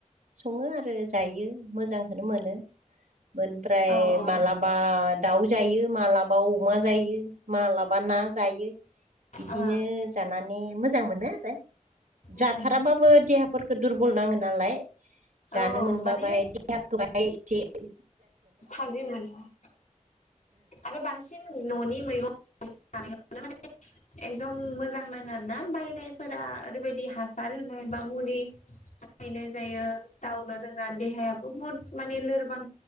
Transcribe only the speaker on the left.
औ औ
ओ
उम उम
औ
माने
थाजिम मोनो । आरो बांसिन न'नि मैगं माने एकदम मोजां नाङा ना बायनायफोरा ओरैबायाददि हासार होनाय बा मुलि गायनाय जायो जाउनो जोंना देहायाबो बहुद माने लोरबां